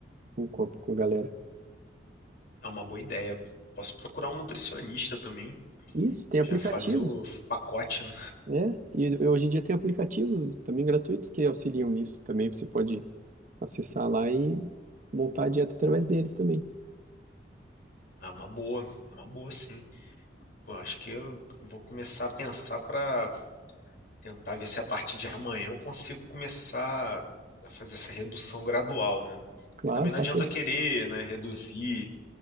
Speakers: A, on the right; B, on the left.
A: com, com a com a galera.
B: É uma boa ideia. Posso procurar um nutricionista também,
A: Isso, tem aplicativos.
B: já fazer o pacote, né?
A: né e hoje em dia tem aplicativos também gratuitos que auxiliam nisso também. Você pode acessar lá e montar a dieta através deles também.
B: É uma boa, é uma boa sim. Pô, acho que eu vou começar a pensar para tentar ver se a partir de amanhã eu consigo começar a fazer essa redução gradual, né?
A: Claro,
B: Porque também não
A: faça
B: adianta
A: isso.
B: eu querer, né, reduzir